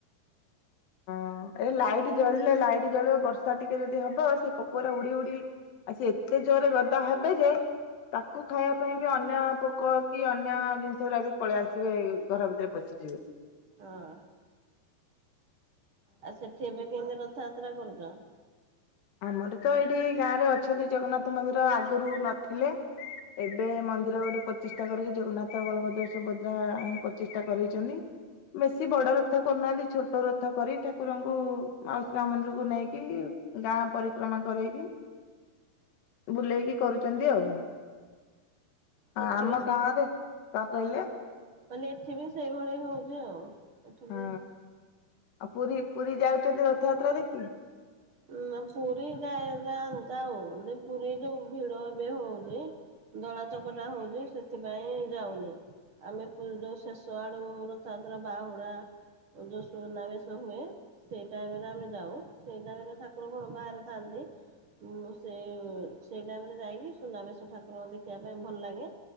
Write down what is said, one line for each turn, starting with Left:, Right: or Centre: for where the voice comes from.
Left: ହଁ ଏ ଲାଇଟ୍ ଜଳିଲେ ଲାଇଟ୍ ଜଳିବ ବର୍ଷା ଟିକେ ଯଦି ହବ ସେ ପୋକଗୁଡା ଉଡି ଉଡି ଆ ସେ ଏତେ ଜୋରେ ଗଦା ହେବେ ଯେ ତାକୁ ଖାଇବା ପାଇଁ ବି ଅନ୍ୟ ପୋକ କି ଅନ୍ୟ ଜିନିଷ ଗଡା ବି ପଳେଇ ଆସିବେ ଘର ଭିତରେ ପଶିଯିବେ।
Right: ହଁ। ଆଉ ସେଠି ଏବେ କେମତି ରଥଯାତ୍ରା କରୁଛ?
Left: ଆମର ତ ଏଇଠି ଗାଁ ରେ ଅଛନ୍ତି ଜଗନ୍ନାଥ ମନ୍ଦିର ଆଗରୁ ନଥିଲେ। ଏବେ ମନ୍ଦିର ଗୋଟେ ପଚିଷ୍ଠା କରିକି ଜଗନ୍ନାଥ, ବଳଭଦ୍ର, ସୁଭଦ୍ରା ଆଣିକି ପଚିଷ୍ଠା କରିଦେଇଛନ୍ତି। ବେଶୀ ବଡ ରଥ କରୁନାହାନ୍ତି ଛୋଟ ରଥ କରିକି ଠାକୁରଙ୍କୁ ମାଉସୀ ମା ମନ୍ଦିରକୁ ନେଇକି ଗାଁ ପରିକ୍ରମା କରେଇକି ବୁଲେଇକି କରୁଛନ୍ତି ଆଉ।
Right: ଏଠି
Left: ଆମ
Right: ବି
Left: ଗାଁ ରେ, କଣ କହିଲେ?
Right: କହିଲି ଏଠି ବି ସେଇଭଳିଆ ହଉଛି ଆଉ। ଏଠି
Left: ହଁ
Right: ବି
Left: ଆଉ ପୁରୀ ପୁରୀ ଯାଉଛନ୍ତି ରଥଯାତ୍ରା ଦେଖି?
Right: ହ ଉମ ପୁରୀ ଯାଏ ଯାଆନ ଯାଉ ଯେ ପୁରୀ ଯୋଉ ଭିଡ ଏବେ ହଉଛି ଦଳା ଚକଟା ହଉଛି ସେଥିପାଇଁ ଯାଉନି। ଆମେ ପରି ଯ ଶେଷ ଆଡୁ ରଥଯାତ୍ରା ବାହୁଡା ଯୋ ସୁନା ବେଶ ହୁଏ। ସେଇ ଟାଇମରେ ଆମେ ଯାଉ ସେଇ ଟାଇମରେ ଠାକୁର କଣ ବାହାରେ ଥାନ୍ତି। ଉମ ସେଇ ସେଇ ଟାଇମରେ ଯାଇକି ସୁନାବେଶ ଠାକୁରଙ୍କ ଦେଖିବା ପାଇଁ ଭଲ ଲାଗେ।